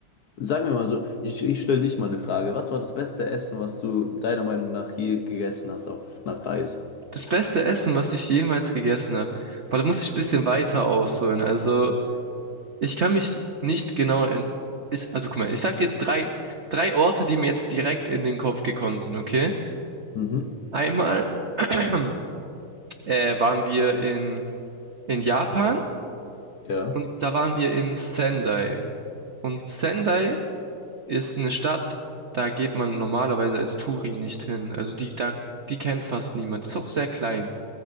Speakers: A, on the left; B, on the right.
A: sag mir mal so, ich, ich stelle dich mal eine Frage. Was war das beste Essen, was du deiner Meinung nach je gegessen hast auf einer Reise?
B: Das beste Essen, was ich jemals gegessen habe. Aber da muss ich ein bisschen weiter ausholen. Also, ich kann mich nicht genau in, ich, also guck mal, ich sag dir jetzt drei, drei Orte, die mir jetzt direkt in den Kopf gekommen sind, okay?
A: Mhm.
B: Einmal <clears throat> äh, waren wir in in Japan
A: Ja.
B: und da waren wir in Sendai. Und Sendai ist eine Stadt, da geht man normalerweise als Touri nicht hin. Also die, da, die kennt fast niemand. Ist auch sehr klein.